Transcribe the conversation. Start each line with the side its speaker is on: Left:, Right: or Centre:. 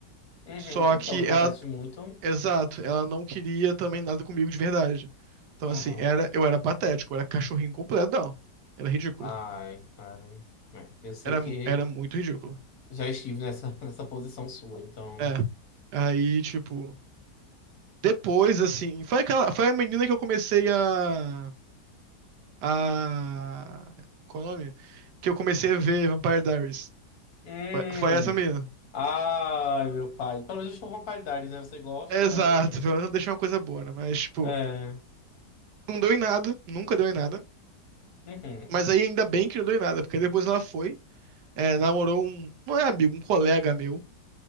Left: Uhum.
Right: Só que
Left: Que é o que acontece
Right: ela.
Left: muito.
Right: Exato, ela não queria também nada comigo de verdade. Então,
Left: Uhum.
Right: assim, era, eu era patético, eu era cachorrinho completo dela. Era ridículo.
Left: Ai, cara. É, eu sei
Right: Era,
Left: porque
Right: era muito ridículo.
Left: já estive nessa, <laughs> nessa posição sua, então.
Right: É. Aí, tipo. Depois, assim. Foi, aquela, foi a menina que eu comecei a a. Qual o nome? Que eu comecei a ver Vampire Diaries.
Left: Hum.
Right: Foi, foi essa menina.
Left: Ai, meu pai. Pelo menos eu estou com uma paridade, né? Você gosta,
Right: Exato,
Left: então.
Right: pelo menos deixou uma coisa boa, né? Mas, tipo,
Left: É.
Right: não deu em nada, nunca deu em nada.
Left: Uhum.
Right: Mas aí ainda bem que não deu em nada, porque depois ela foi, é, namorou um. Não é amigo, um colega meu.